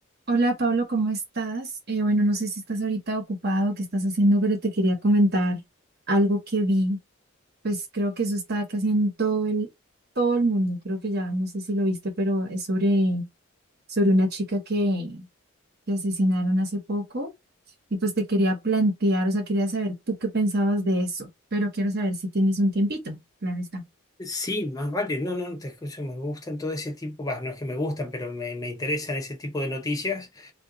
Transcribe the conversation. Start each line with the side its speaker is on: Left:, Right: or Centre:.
Right: Hola Pablo, ¿cómo estás? Eh, bueno, no sé si estás ahorita ocupado, qué estás haciendo, pero te quería comentar algo que vi. Pues creo que eso está casi en todo el, todo el mundo. Creo que ya, no sé si lo viste, pero es sobre, sobre una chica que, que asesinaron hace poco. Y pues te quería plantear, o sea, quería saber tú qué pensabas de eso, pero quiero saber si tienes un tiempito. Claro está.
Left: Sí, más vale, no, no, no te escucho, me gustan todo ese tipo, bah, no es que me gustan, pero me, me interesan ese tipo de noticias,